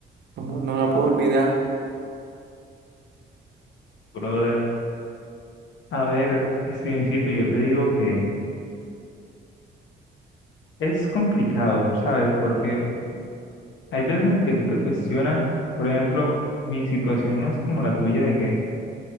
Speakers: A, on the right; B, on the left.
A: Como no la puedo olvidar.
B: brother? A ver, Stevencito, yo te digo que es complicado, ¿sabes? Porque hay veces en que tú te cuestionas, por ejemplo, mi situación no es como la tuya de que, o